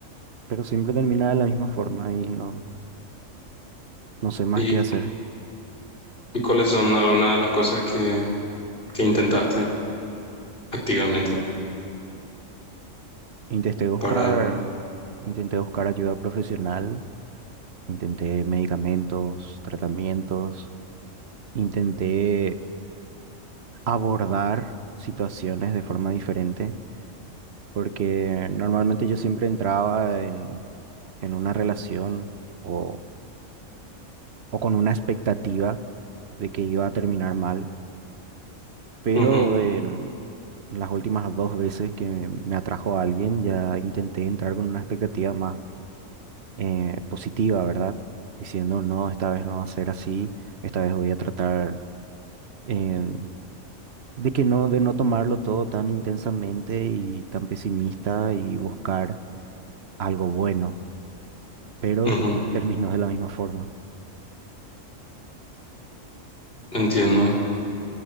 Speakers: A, on the right; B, on the left.
A: pero siempre termina de la misma forma y no, no sé más
B: ¿Y,
A: qué hacer.
B: y cuáles son algunas de las cosas que, que intentaste activamente
A: Intenté buscar,
B: para...
A: intenté buscar ayuda profesional, intenté medicamentos, tratamientos, intenté abordar situaciones de forma diferente, porque normalmente yo siempre entraba en, en una relación o o con una expectativa de que iba a terminar mal, pero
B: Ujú,
A: en las últimas dos veces que me me atrajo a alguien ya intenté entrar con una expectativa más eh, positiva, ¿verdad? Diciendo, no, esta vez no va a ser así, esta vez voy a tratar eh, de que no, de no tomarlo todo tan intensamente y tan pesimista y buscar algo bueno, pero
B: ujú.
A: terminó de la misma forma.
B: Entiendo.